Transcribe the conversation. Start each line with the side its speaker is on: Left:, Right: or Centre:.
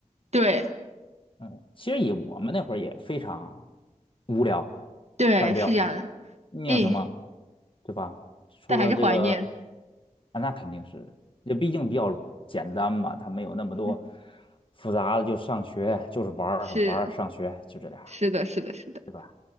Right: 对
Left: 嗯，其实以我们那会儿也非常无聊、
Right: 对，
Left: 单调，
Right: 是这样的，
Left: 你有什么，
Right: 哎，
Left: 对吧？除了这个，
Right: 但还是怀念，
Left: 啊，那肯定是的，也毕竟比较简单嘛，它没有那么多
Right: 嗯，
Left: 复杂的，就上学就是玩儿玩儿，
Right: 是
Left: 上学就这俩，
Right: 是的，是的，是的。
Left: 对吧？